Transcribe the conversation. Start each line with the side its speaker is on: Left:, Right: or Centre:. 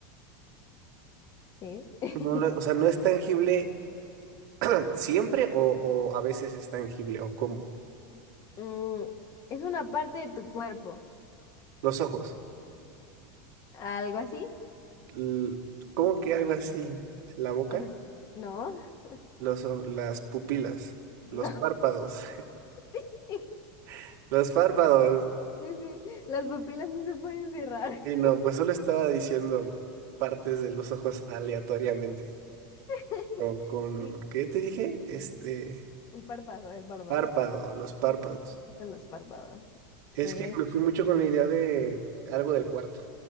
Left: ¿sí? <laughs>
Right: No lo- o sea, ¿no es tangible <clears throat> siempre o, o a veces es tangible? ¿O cómo?
Left: Mm, es una parte de tu cuerpo,
Right: Los ojos.
Left: algo así.
Right: L- ¿Cómo que algo así? ¿La boca?
Left: O sea, no, <laughs>
Right: Los, o- las pupilas, los
Left: no,
Right: párpados,
Left: <laughs> sí, sí,
Right: <laughs> los párpados.
Left: sí, sí. Las pupilas no se pueden cerrar.
Right: Y no, pues solo estaba diciendo partes de los ojos aleatoriamente.
Left: <laughs>
Right: Con, con,
Left: Sí,
Right: ¿qué te dije? Este,
Left: el párpado, el párpado.
Right: párpado, los párpados.
Left: Sí, sí, están los párpados.
Right: Es
Left: Eh,
Right: que me fui mucho con la idea de algo del cuarto,